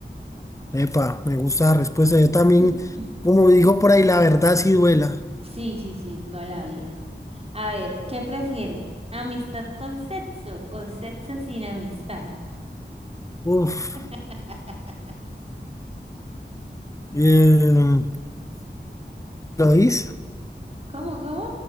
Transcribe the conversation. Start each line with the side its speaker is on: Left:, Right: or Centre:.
Left: Epa, me gusta la respuesta.
Right: Eh,
Left: Yo también,
Right: <clears throat>
Left: como digo por ahí, la verdad sí duela.
Right: Sí, sí, sí, toda la vida. A ver, ¿qué prefiere? ¿Amistad con sexo o sexo sin amistad?
Left: Uf,
Right: <laughs>
Left: eh, ¿lo dices?
Right: ¿Cómo, cómo?